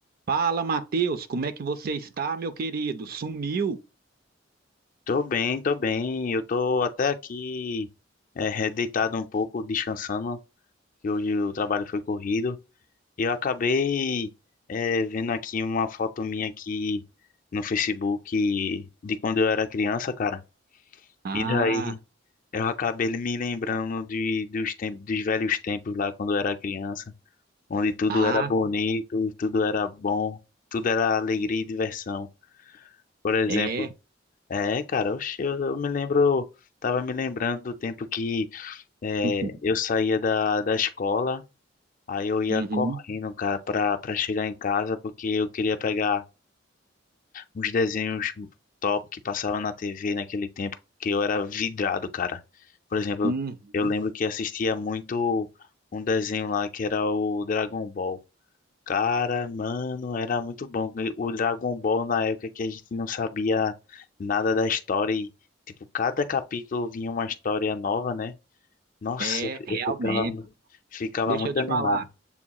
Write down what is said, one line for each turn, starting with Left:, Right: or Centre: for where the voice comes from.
Right: Fala, Matheus, como é que você está, meu querido? Sumiu?
Left: Tô bem, tô bem. Eu tô até aqui é, deitado um pouco, descansando, que hoje o trabalho foi corrido. E eu acabei é, vendo aqui uma foto minha aqui no Facebook de quando eu era criança, cara.
Right: Ah,
Left: E daí eu acabei me lembrando de, dos tempos, dos velhos tempos lá quando eu era criança, onde tudo
Right: ah,
Left: era bonito, tudo era bom, tudo era alegria e diversão. Por exemplo,
Right: é.
Left: É, cara, oxe, eu, eu me lembro, tava me lembrando do tempo que é,
Right: <laughs>
Left: eu saía da, da escola, aí eu ia
Right: Uhum,
Left: correndo, cara, pra, pra chegar em casa, porque eu queria pegar uns desenhos top que passava na TV naquele tempo, que eu era vidrado, cara. Por exemplo,
Right: uhum,
Left: eu lembro que assistia muito um desenho lá que era o Dragon Ball. Cara, mano, era muito bom. E O Dragon Ball na época que a gente não sabia nada da história e, tipo, cada capítulo vinha uma história nova, né? Nossa,
Right: é,
Left: eu fi-
Right: realmente.
Left: eu ficava, mu- ficava
Right: Deixa
Left: muito
Right: eu te
Left: animado.
Right: falar.